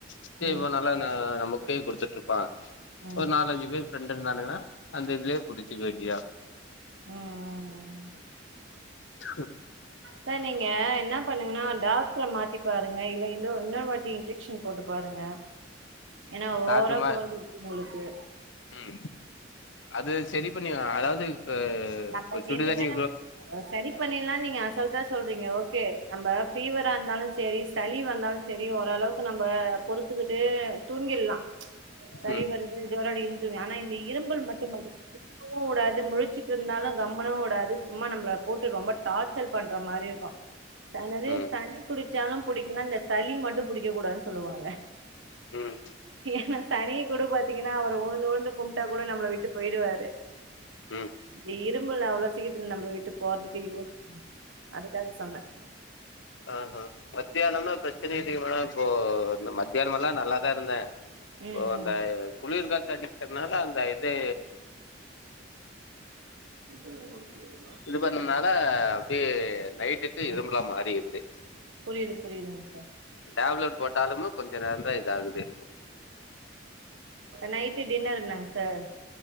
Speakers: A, on the left (about 70°); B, on the right (about 75°).
A: சேரி
B: ம்
A: பா நல்லா நா நமக்கே குடுத்துட்ருப்பாங்க
B: ம்
A: ஒரு நாலஞ்சு பேர் ரெண்டு இருந்தாலுங்ன்னா அந்த இதுலயே புடிச்சுக்க வேண்டியாத
B: ம்
A: ம்
B: சார் நீங்க என்ன பண்ணுங்கன்னா டாக்டரை மாத்தி பாருங்க இல்ல இன்னொ இன்னொரு வாட்டி இன்ஜெக்ஷன் போட்டு பாருங்க ஏனா ஓவரா
A: காட்டுமா
B: கோல்டு இருக்குனு சொல்லுசு
A: ம் அது சரி பண்ணி அதாது இ
B: நம்ம
A: சுடுதண்ணி
B: எது வேணா சரி பண்ணிரலா நீங்க அசால்டா சொல்றீங்க ஓகே நம்ம ஃபீவரா இருந்தாலு சேரி சளி வந்தாலு சேரி ஓரளவுக்கு நம்ம பொறுத்துகிட்டு தூங்கிடலா சளி
A: ம்
B: வருது ஜோராஅடிக்குது இரு தங்க ஆனா இந்த இரும்பல மட்டு கூடாது முழச்சு இருந்தாலு கம்பளி உடாது சும்மா நம்மள போட்டு ரொம்ப டார்ச்சல் பண்ற மாரி இருக்கு என்னது
A: ம்
B: சனி புடிச்சாலு புடிக்கலா இந்த சளி மட்டு புடிக்க கூடாதுன்னு சொல்லுவாங்க
A: ம்
B: ஏனா சனி கூட பாத்தீங்கன்னா அவர் உழுந்து உழுந்து கும்பிட்டா கூட நம்மளை விட்டு போயிடுவாரு
A: ம்
B: இந்த இரும்பல் அவ்ளோ சீக்கிறத்துல நம்மள வீட்டு போறதுக்கு யோசிக்கு அதுக்காக சொன்னே
A: ஆ ஹா மத்தியானம்மே பிரச்சனை இல்லைங்க மேடம் இப்போ மத்தியான மெல்லா நல்லாதா இருந்தே இப்ப
B: ம்
A: அந்த
B: ம்
A: குளிர் காத்தடிக்கிறெதுனாலே அந்த இது
B: <unintelligible>
A: இது பண்ணனாலே அப்டியே நைட்டுக்கு
B: ஆ
A: இரும்மலா மாறிடுது
B: புரியுது புரியுதுங்க சார்
A: டேப்லட் போட்டாலுமே கொஞ்ச நேர தா இத ஆகுது
B: நைட்டு டின்னர்ரு என்னங்க சார்